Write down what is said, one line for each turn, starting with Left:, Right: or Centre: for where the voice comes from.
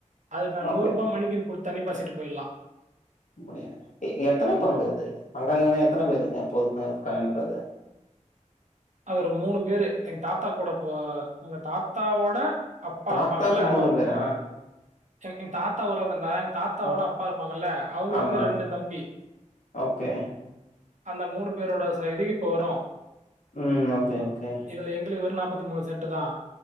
Right: அதுக்கு நா
Left: ஓகே.
Right: நூறு ருபா மணிக்கின் குடுத்து தண்ணிப்பாய்ச்சிட்டு போயிடலா
Left: முடியா எத்தன பங்கு அது பங்காளிங்கான எத்தன பேரு இருக்கு <unintelligible>
Right: அது ஒரு மூணு பேரு எங்க தாத்தா கூட போ எங்க தாத்தாவோட அப்பா
Left: தாத்தாக்கு
Right: இருப்பாங்கல்ல அவங்
Left: பேரா?
Right: எனக்கு எங்க தாத்தா ஒராள் தான்டா தாத்தாவோட
Left: ஓகே.
Right: அப்பா இருப்பாங்கல்ல அவங்களுக்கு
Left: ஆமா.
Right: ரெண்டு தம்பி
Left: ஓகே
Right: அந்த மூணு பேரோட சைடு இப்போ வரு
Left: ம் ஓகே ஓகே
Right: இதுல எங்களுக்கு வெறு நாப்பத்தி மூணு சென்ட்டு தா